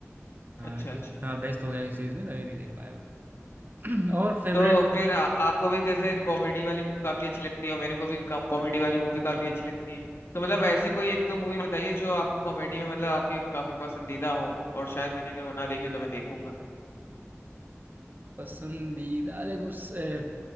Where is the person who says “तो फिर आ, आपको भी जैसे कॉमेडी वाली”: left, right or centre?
Left